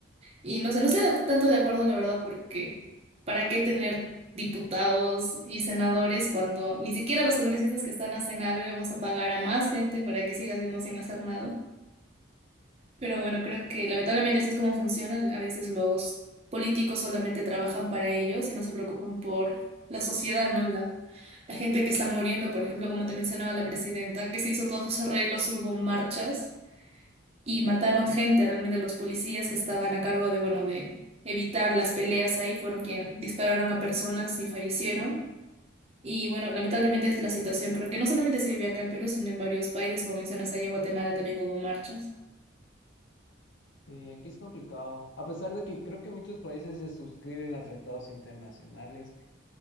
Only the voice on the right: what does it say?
y no sé, no estoy tanto de acuerdo, la verdad, porque ¿para qué tener diputados y senadores cuando ni siquiera los congresistas que están hacen algo y vamos a pagar a más gente para que siga haciendo sin hacer nada? Pero bueno, creo que lamentablemente así es como funcionan. A veces los políticos solamente trabajan para ellos y no se preocupan por la sociedad, ¿no? La, la gente que está muriendo, por ejemplo, como te mencionaba la presidenta, que se hizo todos sus arreglos, hubo marchas y mataron gente, realmente los policías que estaban a cargo de, bueno, de evitar las peleas ahí, fueron quien dispararon a personas y fallecieron. Y bueno, lamentablemente es la situación, creo que no solamente se vive acá en Perú, sino en varios países, como mencionas, ahí en Guatemala también hubo marchas.